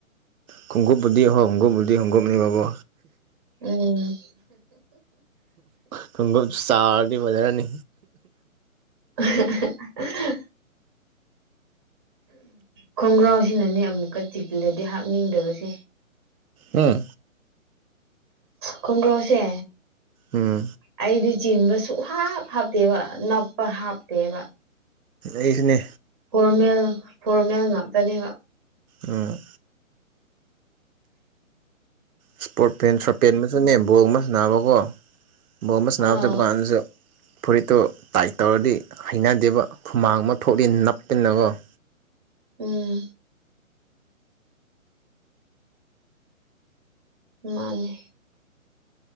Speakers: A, on the right; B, on the right.
A: ꯈꯨꯉꯨꯞꯄꯨꯗꯤ ꯍꯣ ꯍꯪꯀꯞ ꯨꯗꯤ ꯍꯪꯀꯞ ꯃꯅꯤꯕꯣ
B: ꯎꯝ
A: ꯈꯨꯡꯎꯞ ꯆꯥꯎꯥꯔꯗꯤ ꯐꯖꯔꯅꯤ
B: <unintelligible> <unintelligible> ꯈꯣꯡꯒ꯭ꯔꯥꯎꯁꯤꯅꯅꯦ ꯑꯃꯨꯛꯀ ꯆꯤꯛꯂꯗꯤ ꯍꯥꯞꯅꯤꯡꯗꯕꯁꯦ
A: ꯑꯥ
B: ꯈꯣꯡꯒ꯭ꯔꯥꯎꯁꯦ
A: ꯎꯝ
B: ꯑꯩꯗꯤ ꯆꯤꯟꯕ ꯁꯨꯛ ꯍꯥꯞ ꯍꯥꯞꯇꯦꯕ ꯅꯛꯄ ꯍꯥꯞꯇꯦꯕ
A: ꯑꯩꯖꯨꯅꯦ
B: ꯐꯣꯔꯃꯦꯜ ꯐꯣꯔꯃꯦꯜ ꯉꯥꯛꯇꯅꯦꯕ
A: ꯎꯝ ꯏꯁꯄꯣꯔꯠ ꯄꯦꯟ ꯁꯣꯔꯠ ꯄꯦꯟ ꯁꯨꯅꯦ ꯕꯣꯜ ꯒꯨꯝꯕ ꯁꯅꯕꯀꯣ ꯕꯣꯜ ꯒꯨꯝꯕꯥ ꯁꯟꯅꯥꯕ
B: ꯑꯥ
A: ꯆꯠꯄ ꯀꯥꯟꯗꯁꯨ ꯐꯨꯔꯤꯠꯇꯣ ꯇꯥꯏꯠ ꯇꯧꯔꯗꯤ ꯍꯩꯅꯗꯦꯕ ꯍꯨꯃꯥꯡ ꯑꯃ ꯊꯣꯛꯂꯤ ꯅꯞꯄꯤꯅꯀꯣ <inaudible>
B: ꯎꯝ ꯃꯥꯟꯅꯦ